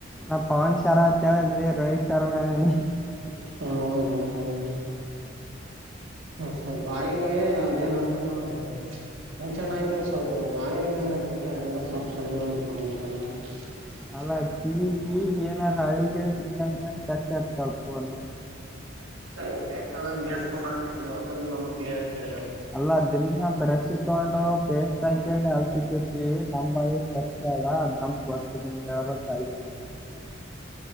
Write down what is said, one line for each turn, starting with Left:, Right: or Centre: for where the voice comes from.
Centre: ನಾ ಪವನ್ ಶರತ್ ಅಡ್ತ್ ಹೇಳಿದ್ರಿ ರೋಹಿತ್ ಶರ್ಮ ಹೇಳಿ
Right: <unintelligible> ಸ್ವಲ್ಪ್ ಬಾಯಿಗೆ ಅದೇನ್ ಅಂತಾರ ನೋಡ್ರ ಮುಂಚೆಳಿಕಿ ಸ್ವಲ್ಪ ನಾಲಿಗೆ ಮೇಲೆ ತೆಕ್ಕಾರಂದ್ರ ಸ್ವಲ್ಪ ಕಡಿಮ ಆತ್ ಅಂತಾರ. <unintelligible>
Centre: ಅಲ್ಲ ಕಿವಿಗಿ ಏನಾರ ಹಳಿಗೆಳಿ ಇಟ್ಕಂಡ್ರ ಅಂತ್ ಕಟ್ಟ ತಲ್ ಫೋನು.
Right: ಅದ್ ಬೇಕಾದಂಗ್ ಏರ್ ಫೋನ್ ಹಾಕೊಂಡಿವ ಅದ್ರ ನಮಗ್ ಕ್ಲಿಯರ್ ಕೇಳದ್
Centre: ಅಲ್ಲ ದಿನ ಬ್ರೆಶ್ ತಗೊಂಡು ಪೇಸ್ಟ್ ಹಾಕ್ಯಂಡು ಹಲ್ ತಿಕ್ಕಿರ್ತೀವಿ ನಮ್ ಬಾಯಿ ಫ್ರೆಶ ಅಗ ಹ ನಮ್ಗ್ ಗೊತ್ತದ್ ನಿಮ್ ಬಳಗ <unintelligible>